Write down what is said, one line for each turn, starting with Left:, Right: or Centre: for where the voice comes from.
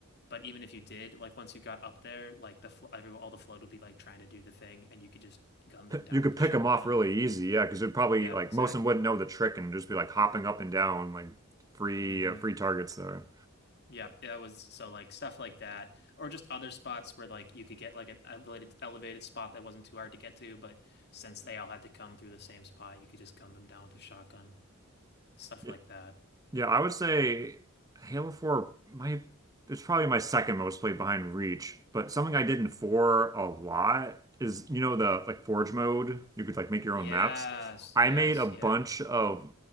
Left: But even if you did, like once you got up there, like the fl every all the flood would be like trying to do the thing, and you could just gun them down
Right: You could
Left: with the
Right: pick
Left: shotgun.
Right: them off really easy, yeah, because it'd probably
Left: Yeah,
Right: like
Left: exactly.
Right: most of them wouldn't know the trick and just be like hopping up and down like free
Left: Mm-hmm.
Right: uh, free targets there.
Left: Yep, that was so like stuff like that, or just other spots where like you could get like an elevated elevated spot that wasn't too hard to get to, but since they all had to come through the same spot, you could just gun them down with a shotgun, stuff
Right: Yeah,
Left: like that.
Right: yeah, I would say Halo 4 my it's probably my second most played behind Reach, but something I did in 4 a lot is you know the like Forge mode, you could like make your
Left: Yes,
Right: own maps.
Left: yes,
Right: I made a bunch
Left: yeah.
Right: of